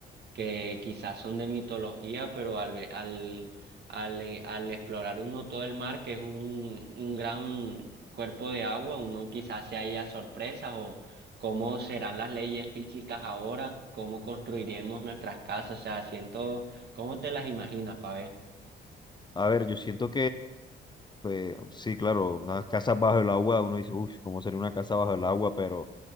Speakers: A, on the right; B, on the left.
A: que quizás son de mitología, pero al, ve- al, al, eh, al explorar uno todo el mar, que es un, un gran cuerpo de agua, uno quizás se haya sorpresas o cómo serán las leyes físicas ahora, cómo construiremos nuestras casas, o sea, siento, ¿cómo te las imaginas, Pabé?
B: A ver, yo siento Pues sí, claro, unas casas bajo el agua, uno dice, uff, ¿cómo sería una casa bajo el agua? Pero